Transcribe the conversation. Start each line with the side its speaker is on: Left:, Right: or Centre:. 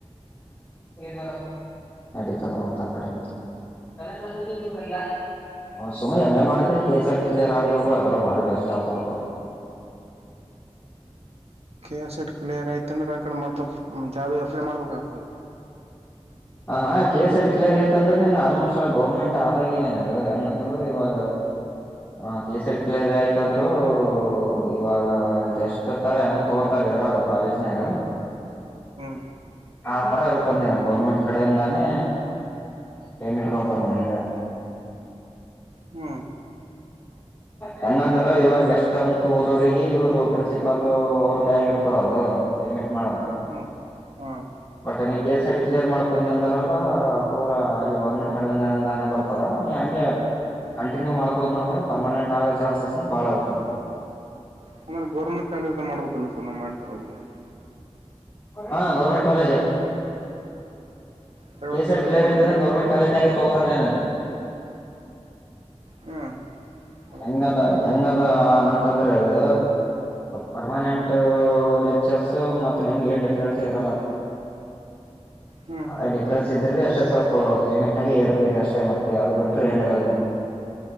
Left: ನಟತ್ತ ಕಡೆ ಚಲ ಲತಟ ತುಕಲ <inaudible> ಸುಮ್ನೆ ಎಮ್ ಎ ಮಾಡ್ಕ ಕೆ ಎಸ್ ಎರ್ ಕ್ಲಿಯರ್ ಆಗ್ಬೇಕು ಅದೆಲ್ಲ ಭಾರಿ ಬೆಸ್ಟ್ ಆಗ್ತದಪ
Right: ಕಸೆಟ್ ಕ್ಲಿಯರ್ ಆಯ್ತಂದ್ರಕ ಮತ್ತ ಜಾಬ್ ಅಪ್ಲೈ ಮಾಡ್ಬೇಕ ಆತ
Left: ಹ ಹಾ ಕೇಸ್ ಅಡ್ಕ್ಲರ್ ಐತಂದ್ರೆ ನೀನ್ ಆಲ್ಮೋಸ್ಟ್ ಎಲ್ಲ ಗೌರ್ಮೆಂಟ್ ಆದಂಗಗೆ ನನ್ಗ ಹೆಂಗಂದ್ರರು ಇವಾಗ ಹ ಕೇಸ್ ಅಡ್ ಕ್ಲಿಯರ್ ಆಯ್ತಂದ್ರು ಇವಾಗ ಗೆಸ್ಟ್ ತರ ಹೆಂಗ ತಗೋತಾರ ಇದ್ರಾಗ ಕಾಲೇಜನಾಗ
Right: ಹ್ಮ್
Left: ಆ ತರ ಇರ್ತದ ನೀ ನಂಗೆ ಗೌರ್ಮೆಂಟ್ ಆ ಕಡೆಯಿಂದಾನೇ ಪೇಮೆಂಟ್ ಬರ್ತಾನ ನನ
Right: ಹ್ಮ್
Left: ಹೆಂಗಂದಾರ ಇವಾಗ ಎಷ್ಟ ಅಂತ ಓದೋ ಅವರಿಗೆ ಇವರು ಪ್ರಿನ್ಸಿಪಾಲ್ ಅವ್ರ ಕಾಯಗ ಇರತದ ಅದು ಪೇಮೆಂಟ್ ಮಾಡ
Right: ಹ್ಮ್ ಹ್ಮ್
Left: ಬಟ್ ನೀ ಕೆಸೆಟ್ ಕ್ಲಿಯರ್ ಮಾಡ ಕುಂದನರಲ್ಲ ಪೂರಾ ಇಲ್ಲಿ ಗೌರ್ಮೆಂಟ್ ಕಡೆಯಿಂದನಾನ ಬರ್ತದ ನೀ ಹಂಗೆ ಕಂಟಿನ್ಯ ಮಾಡಕೋ ಮಾಡ್ಕೊಂಡ್ರ ಪರ್ಮನೆಂಟ್ ಆಗೋ ಚಾನ್ಸ್ ಬಳಾರ ಕಲ್ಲ
Right: ಅಂದ್ರೆ ಗೌರ್ಮೆಂಟ್ ಕಾಲೇಜ್ ಮಾಡ್ಬೇಕಲ್ಲ ಸರ್ ನಾವು ಮಾಡ್ತಿರೋ ಜಾಸ್ತಿ
Left: ಹಾ government college
Right: private
Left: KSET
Right: college
Left: clear ಐತೆ
Right: ಮಾಡಿದ್ರೆ
Left: ಅಂದ್ರೆ
Right: ಅವ್ರು
Left: ಗೌರ್ಮೆಂಟ್ ಕಾಲೇಜನಾಗ ತಗೋತಾರ ನನದು
Right: ಹ್ಮ್ ಹೌದಾ
Left: ಹೆಂಗಲ್ಲ ಹೆಂಗಲ್ಲ ಅಂತಂದ್ರೆ ಅದು ಪರ್ಮನೆಂಟ್ ಲೆಕ್ಚರ್ಸ್ ಮ ನಿನ್ಗೆ ಏನ್ ಡಿಫ್ರನ್ಸ್ ಇರಲ್ಲ
Right: ಹ್ಮ್ ಹ್ಮ್
Left: ಅ <inaudible> ಅಷ್ಟೇ ಸ್ವಲ್ಪ ಪೇಮೆಂಟ್ ನಾಗ ರೂಪಿ ರರಿ ಅಷ್ಟೇ ಮತ್ತೆ ಅದು ಬಿಟ್ರೆ ಏನಿರಲ್